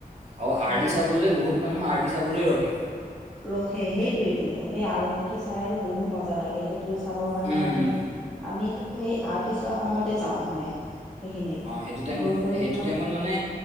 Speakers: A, on the right; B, in the centre.
A: আৰু আৰ
B: সেই
A: ডি চাবলৈ বহুত মানুহ আৰটি চাবলৈ ৰখে।
B: ৰখে, সেইটোৱেইটো সেই আৰতিটো চাই আৰু বহুত মজা লাগে। সেই টো চাবৰ কাৰণে
A: উম,
B: আমি
A: উম।
B: আম সেই আৰতি হোৱাৰ সময়তে যাওঁ মানে। সেইখিনিত
A: অ' সেইটো টাইমত
B: গৈ কৰি
A: সেইটো
B: তোমাক
A: টাইমত মানে